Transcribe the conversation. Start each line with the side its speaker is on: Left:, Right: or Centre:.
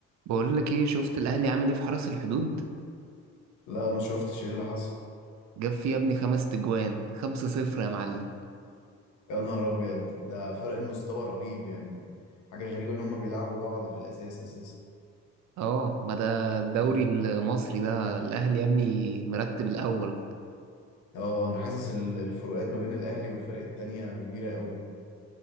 Right: بقول لك ايه شفت الاهلي عمل ايه في حرس الحدود
Left: لا ما شفتش ايه اللي حصل
Right: جاب فيه يا ابني خمس تجوان خمسة صفر يا معلم
Left: يا نهار ابيض ده فرق المستوى رهيب يعني حاجه غريبه ان هما بيلعبوا بعض في الاساس اساسا
Right: اه ما ده الدوري المصري ده الاهلي يا ابني مرتب الاول
Left: اه انا حاسس ال- الفروقات ما بين الاهلي والفرق التانية كبيره قوي